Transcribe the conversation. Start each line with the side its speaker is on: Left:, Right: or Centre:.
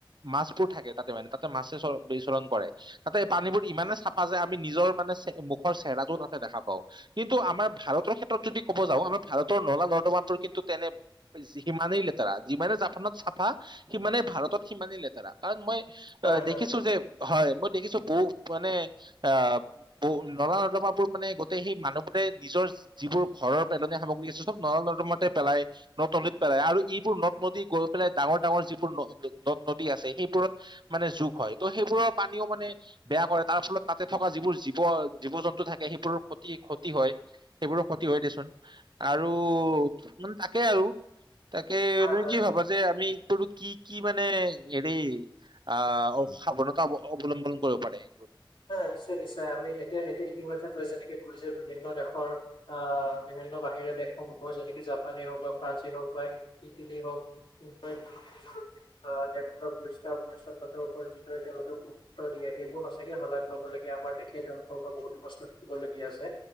Right: মাছবোৰ থাকে তাতে মানে তাতে মাছে বিচলন কৰে তাতে পানীবোৰ ইমানে চাফা যে আমি নিজৰ মানে মুখৰ চেহেৰাটো তাতে দেখা পাওঁ কিন্তু আমাৰ ভাৰতৰ ক্ষেত্ৰত যদি ক'ব যাওঁ আমাৰ ভাৰতৰ নলা নৰ্দমোৰ কিন্তু। তেনে সিমানেই লেতেৰা যিমানে জাপানত চাফা সিমানেই ভাৰতত সিমানেই লেতেৰা কাৰণ মই।
Left: হয়
Right: অ দেখিছো
Left: হয়
Right: যে, । হয় মই দেখিছো বহু মানে আহ ব নলা নৰ্দমাবোৰ মানে গোটেই সেই মানুহবোৰে নিজৰ যিবোৰ ঘৰৰ পেলনীয়া সামগ্ৰী আছে চব নলা নৰ্দমাতে। পেলাই নদ নদীত পেলাই আৰু এইবোৰ নদ নদী গৈ পেলাই ডাঙৰ ডাঙৰ যিবোৰ নদ নদী আছে সেইবোৰত মানে যোগ হয় ত' সেইবোৰৰ পানীও মানে বেয়া কৰে তাৰ ফলত তাতে থকা যিবোৰ জীৱ জীৱ জন্তু থাকে সেইবোৰৰ ক্ষতি ক্ষতি হয় সেইবোৰৰ ক্ষতি হয় দেচোন আৰু। মান তাকেই আৰু। তাকে
Left: হয়
Right: তুমি
Left: হয়
Right: কি ভাবা যে আমি। টো কি কি মানে হেৰি আহ সাৱানতা অৱলম্বন কৰিব পাৰে এইবোৰ।
Left: নিশ্চয় নিশ্চয় আমি এতিয়া এতিয়া ইতিমধ্যে তই যেনেকে কৈ যে বিভিন্ন দেশৰ আহ বিভিন্ন বাহিৰা দেশসমূহৰ যেনেকে জাপানেই হওক বা ফ্ৰান্সে হওক বা ইটালী হওকদৰে তেওঁলোকে নিজৰ আহ দেশখনৰ পৰিষ্কাৰ পৰি্ছন্নতাৰ ওপৰত যিদৰে তেওঁলোকক গুৰুত্ব দিয়ে সেইবোৰ সচ--। তাকে শলাগ লবলীয়া আমাৰ তেখে তেওঁলোকৰ পৰা বহুতো বস্তু শিকিবলগীয়া আছে